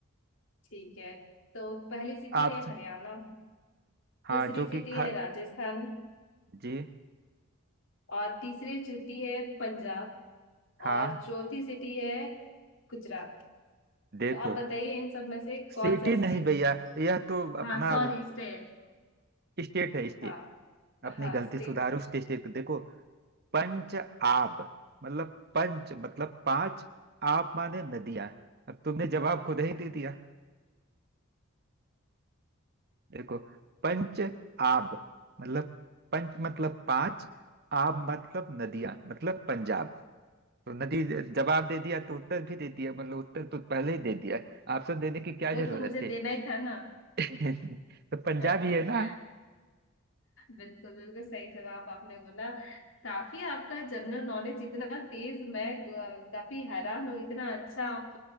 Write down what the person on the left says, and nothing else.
ठीक है तो पहली सिटी
है हरियाणा
दूसरी
सिटी
है राजस्थान
और तीसरी सिटी है पंजाब
और चौथी सिटी है गुजरात
तो आप बताइए इन सब में से कौन
सा स्टेट
हाँ
सॉरी स्टेट
हाँ
हाँ
स्टेट
वो
तो मुझे
देना ही था ना
<laughs>
बिल्कुल बिल्कुल सही जवाब आपने बोला काफी आपका जनरल नॉलेज इतना तेज मैं अ, काफी हैरान हूँ इतना अच्छा आप